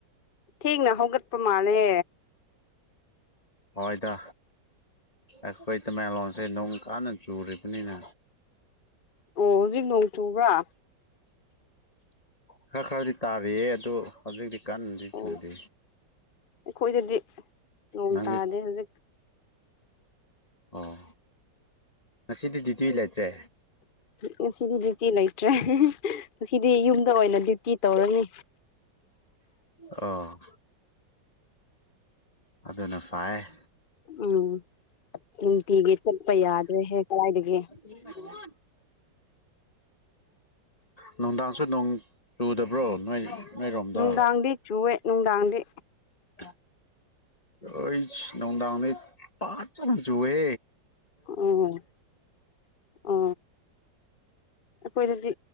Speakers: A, on the left; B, on the left.
A: ꯊꯦꯡꯅ ꯍꯧꯒꯠꯄ ꯃꯥꯜꯂꯦ
B: ꯍꯣꯏꯗ ꯑꯩꯈꯣꯏ ꯇꯃꯦꯡꯂꯂꯣꯟꯁꯦ ꯅꯨꯡ ꯀꯥꯟꯅ ꯆꯨꯔꯤꯕꯅꯤꯅ
A: ꯑꯣ ꯍꯧꯖꯤꯛ ꯅꯣꯡ ꯆꯨꯕ꯭ꯔꯥ
B: ꯈꯔ ꯈꯔꯗꯤ ꯇꯥꯔꯤꯌꯦꯦ ꯑꯗꯨ ꯍꯧꯖꯤꯛꯇꯤ ꯀꯟꯅꯗꯤ
A: ꯑꯣ
B: ꯆꯨꯗꯦ
A: ꯑꯩꯈꯣꯏꯗꯗꯤ ꯅꯣꯡ
B: ꯅꯪꯗꯤ
A: ꯇꯥꯗꯦ ꯍꯧꯖꯤꯛ
B: ꯑꯣ ꯉꯁꯤꯗꯤ ꯗꯤꯗꯤ ꯂꯩꯇ꯭ꯔꯦ
A: ꯉꯁꯤꯗꯤ ꯗ꯭ꯌꯨꯇꯤ ꯂꯩꯇ꯭ꯔꯦ ꯉꯁꯤꯗꯤ ꯌꯨꯝꯗ ꯑꯣꯏꯅ ꯗ꯭ꯌꯨꯇꯤ ꯇꯧꯔꯅꯤ
B: ꯑ ꯑꯗꯨꯅ ꯐꯩ
A: ꯎꯝ ꯅꯨꯡꯇꯤꯒꯤ ꯆꯠꯄ ꯌꯥꯗ꯭ꯔꯦꯍꯦ ꯀꯗꯥꯏꯗꯒꯤ
B: <unintelligible> ꯅꯨꯡꯗꯥꯡꯁꯨ ꯅꯣꯡ ꯆꯨꯗꯕ꯭ꯔꯣ ꯅ ꯅꯣꯏꯔꯣꯝꯗ
A: ꯅꯨꯡꯗꯥꯡꯗꯤ ꯆꯨꯋꯦ ꯅꯨꯡꯗꯥꯡꯗꯤ
B: ꯍ ꯑꯩ ꯅꯣꯗꯥꯅꯤ ꯄꯥꯆꯝ ꯨꯋ
A: ꯑꯣ ꯑ ꯑꯩꯈꯣꯏꯗꯗꯤ